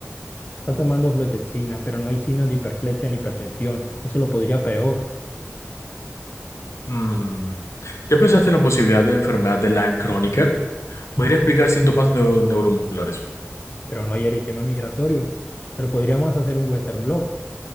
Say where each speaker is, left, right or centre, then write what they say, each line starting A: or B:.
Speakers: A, on the left; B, on the left.
A: Está tomando fluoxetina, pero no hay signo de hiperflexia ni hipertensión. Eso lo podría peor,
B: Mm. ¿Ya pensaste en la posibilidad de enfermedad de Lyme crónica? Podría explicar síntomas neu- neuromusculares.
A: pero no hay eritema migratorio. Pero podríamos hacer un Western blot.